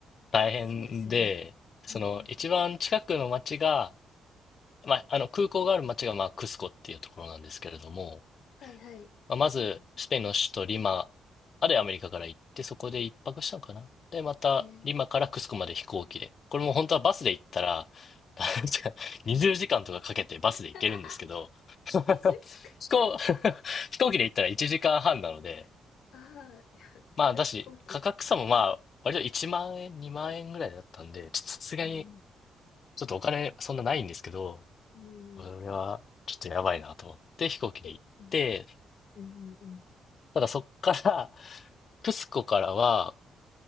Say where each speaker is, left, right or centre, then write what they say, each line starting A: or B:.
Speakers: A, on the left; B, on the left.
A: 大変で、
B: そうですよね。
A: その、
B: うん。
A: 一番近くの町が、まあ、あの、空港がある町が、まあ、クスコっていうところなんですけれども、
B: はいはい。
A: まあ、まず、スペインの首都リマまでアメリカから行って、そこで一泊したのかな。で、また、
B: うん。
A: リマからクスコまで飛行機で。これも本当はバスで行ったら、<laughs> 確か20時間とかかけてバスで行けるんですけど、
B: <laughs> 移住しか。
A: <laughs> 飛行、<laughs> 飛行機で行ったら1時間半なので、
B: ああ、いや、それは飛行機。
A: まあ、だし、価格差もまあ、割と1万円、2万円ぐらいだったんで、ちょっとさすがに、
B: うん。
A: ちょっとお金そんなないんですけど、
B: うん。
A: これはちょっとやばいなと思って飛行機で行って、
B: え、うん。うん。うん。
A: ただそっから、<laughs> クスコからは、